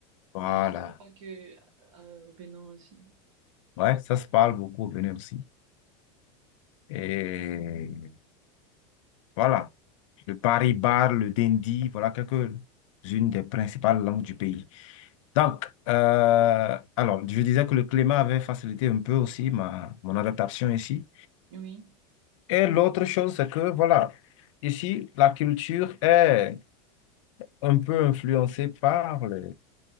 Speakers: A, on the left; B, on the right.
A: voilà.
B: Mais je savais pas que euh, au Bénin aussi.
A: Ouais, ça se parle beaucoup au Bénin aussi. Et voilà. le Paris Bar, le Dindi, voilà quelques-unes des principales langues du pays. Donc, euh, alors, je disais que le climat avait facilité un peu aussi ma, mon adaptation ici.
B: Oui.
A: Et l'autre chose, c'est que, voilà, ici, la culture est un peu influencée par les,